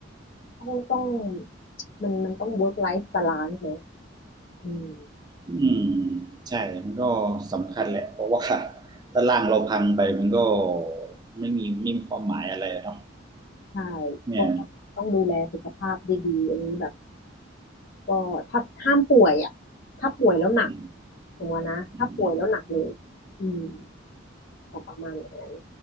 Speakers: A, on the left; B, on the right.
A: ต้องต้องมันมันต้อง work life balance เนอะอืม
B: อืมใช่มันก็สำคัญแหละเพราะว่า <laughs> ถ้าร่างเราพังไปมันก็ไม่มีไม่มีความหมายอะไรเนาะ
A: ใช่
B: เนี่ย
A: ก็ต้องดูแลสุขภาพดีๆอันนี้แบบ ก็ถ้าห้ามป่วยอ่ะถ้าป่วยแล้วหนัก
B: อืม
A: สมมตินะถ้าป่วยแล้วหนักเลย
B: อืม
A: อืมแต่ประมาณอย่างนั้น